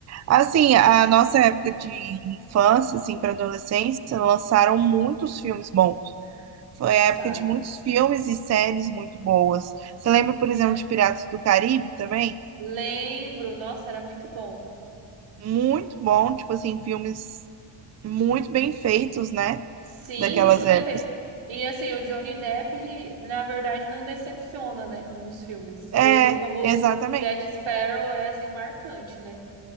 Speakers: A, on the right; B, on the right.
A: Assim, a nossa época de infância, assim, para adolescência, lançaram muitos filmes bons. Foi
B: Lançaram.
A: a época de muitos filmes e séries muito boas. Você lembra, por
B: Tinha.
A: exemplo, de Piratas do Caribe também?
B: Lembro, nossa, era muito bom.
A: Muito bom, tipo assim, filmes muito bem feitos, né?
B: Sim,
A: Daquelas
B: muito bem
A: épocas.
B: feito. E assim, o Johnny Depp, na verdade, não decepciona, né, nos filmes. E
A: É,
B: ele, como
A: exatamente.
B: Jack Sparrow, é assim marcante, né?